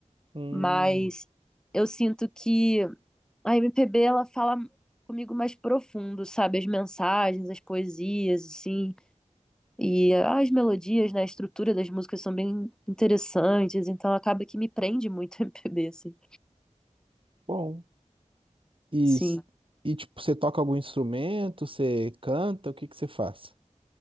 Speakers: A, on the right; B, in the centre.
A: Hum,
B: Mas eu sinto que a MPB, ela fala comigo mais profundo, sabe? As mensagens, as poesias, assim, e as melodias, né? A estrutura das músicas são bem interessantes, então acaba que me prende muito <laughs> a MPB, assim.
A: bom. E,
B: Sim,
A: s- e tipo, você toca algum instrumento? Você canta? O que que você faz?